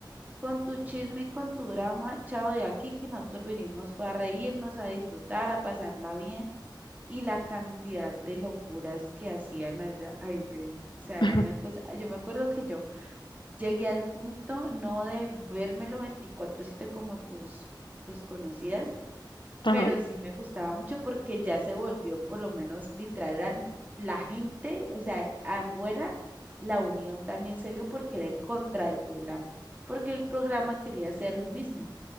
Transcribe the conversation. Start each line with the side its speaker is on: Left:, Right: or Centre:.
Right: con tu chisme, y con tu drama, chao de aquí, que nosotros venimos fue a reírnos, a disfrutar, a pasarla bien y la cantidad de locuras que hacían allá, ay, ve, o sea, era
Left: <laughs>
Right: una
Left: ujú,
Right: cosa, yo me acuerdo que yo llegué al punto no de vérmelo veinticuatro siete como tus, tus conocidas,
Left: Ajá,
Right: pero sí me gustaba mucho porque ya se volvió por lo menos literal era la gente, o sea, afuera la unión también se vio porque era en contra del programa, porque el programa quería hacer lo mismo